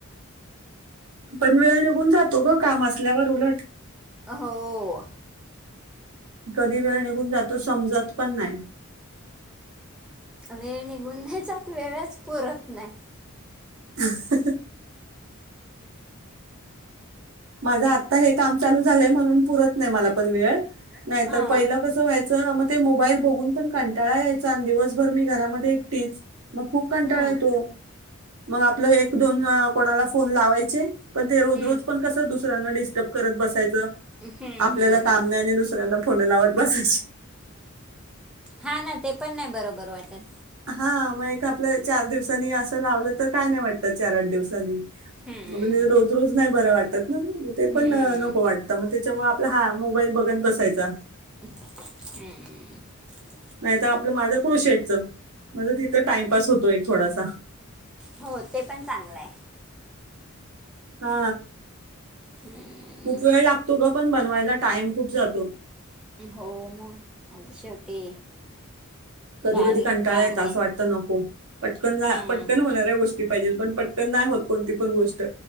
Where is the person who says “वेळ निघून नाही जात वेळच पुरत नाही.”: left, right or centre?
Centre